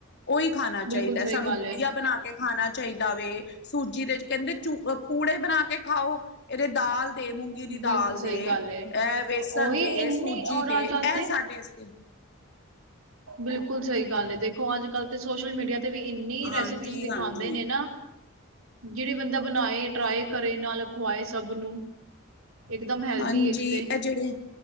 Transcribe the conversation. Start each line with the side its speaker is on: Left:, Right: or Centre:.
Left: ਉਹੀ ਖਾਣਾ
Right: ਬਿਲਕੁਲ
Left: ਚਾਹੀਦਾ
Right: ਸਹੀ
Left: ਸਾਨੂੰ
Right: ਗੱਲ
Left: ਦਲੀਆ
Right: ਏ
Left: ਬਣਾ ਕੇ ਖਾਣਾ ਚਾਹੀਦਾ ਵੈ ਸੂਜੀ ਦੇ ਕਹਿੰਦੇ ਚੂ ਪੂੜੇ ਬਣਾ ਕੇ ਖਾਓ ਇਹਦੇ ਦਾਲ ਦੇ ਮੂੰਗੀ ਦੀ
Right: ਬਿਲਕੁਲ
Left: ਦਾਲ
Right: ਸਹੀ
Left: ਦੇ
Right: ਗੱਲ ਏ
Left: ਇਹ ਵੇਸਣ
Right: ਉਹੀ
Left: ਦੇ
Right: ਇੰਨੀ
Left: ਸੂਜੀ
Right: ਔਰ
Left: ਦੇ
Right: ਅੱਜ
Left: ਇਹ
Right: ਕੱਲ ਤੇ
Left: ਸਾਡੇ ਵਾਸਤੇ
Right: ਬਿਲਕੁਲ ਸਹੀ ਗੱਲ ਦੇਖੋ ਅੱਜ ਕੱਲ ਤੇ ਸੋਸ਼ਲ ਮੀਡੀਆ ਤੇ ਵੀ ਇੰਨੀ ਰੈਸਿਪੀ
Left: ਹਾਂਜੀ
Right: ਦਿਖਾਂਦੇ
Left: ਹਾਂਜੀ
Right: ਨੇ ਨਾ ਜਿਹੜੇ ਬੰਦਾ ਬਣਾਏ ਟਰਾਈ ਕਰੇ ਨਾਲ ਖਵਾਏ ਸਭ ਨੂੰ ਇਕਦਮ ਹੈਲਦੀ
Left: ਹਾਂਜੀ
Right: ਇੱਕ ਤੇ
Left: ਐ ਜਿਹੜੇ